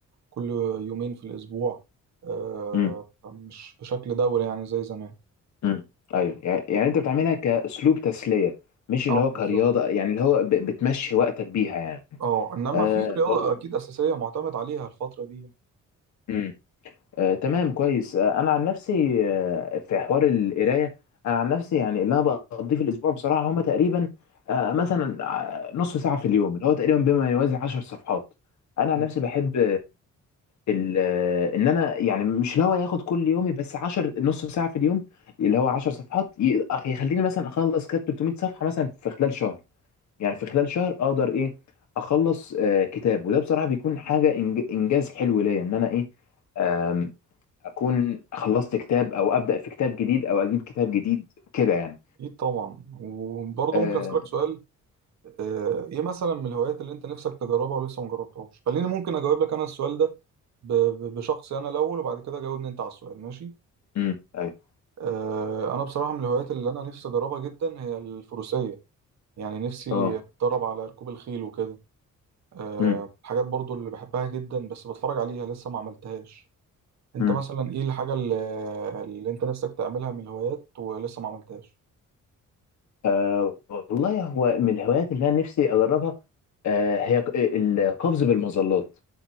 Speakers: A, on the right; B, on the left.
A: كل يومين في الأسبوع آه،
B: مم.
A: مش بشكل دوري يعني زي زمان
B: امم ايوه يعني يعني انت بتعملها كاسلوب تسليه مش اللي
A: اه
B: هو كرياضه
A: بالظبط
B: يعني اللي هو ب- بتمشي وقتك بيها يعني
A: اه إنما
B: آه
A: في رياضة
B: والله
A: أكيد أساسية معتمد عليها الفترة دي
B: امم آه تمام كويس آه انا عن نفسي آه في حوار القرايه انا عن نفسي يعني اللي انا بقضيه في الاسبوع بصراحه هما تقريبا آه مثلا آه، نص ساعه في اليوم اللي هو تقريبا بما يوازي 10 صفحات انا عن
A: مم.
B: نفسي بحب ال- ان انا يعني مش لو هياخد كل يومي بس 10 نص ساعه في اليوم اللي هو 10 صفحات ي- أخ- يخليني مثلا اخلص كتاب 300 صفحه مثلا في خلال شهر يعني في خلال شهر اقدر ايه اخلص آه، كتاب وده بصراحه بيكون حاجه إنج- انجاز حلو ليا ان انا ايه آم، اكون خلصت كتاب او ابدا في كتاب جديد او اجيب كتاب جديد كده يعني
A: أكيد طبعا وبرضه
B: امم
A: ممكن أسألك سؤال آه، إيه مثلا من الهوايات اللي أنت نفسك تجربها ولسه ما جربتهاش خليني ممكن أجاوب لك أنا السؤال ده ب- ب- بشخصي انا الاول وبعد كده جاوبني انت على السؤال ماشي
B: امم ايوه
A: آه، انا بصراحه من الهوايات اللي انا نفسي اجربها جدا هي الفروسيه يعني نفسي
B: اه
A: اتدرب على ركوب الخيل وكده آه،
B: مم،
A: الحاجات برضو اللي بحبها جدا بس بتفرج عليها لسه ما عملتهاش انت
B: مم.
A: مثلا ايه الحاجه اللي, اللي انت نفسك تعملها من الهوايات ولسه ما عملتهاش
B: أه والله هو من الهوايات اللي انا نفسي اجربها أه هي ك- آه، القفز بالمظلات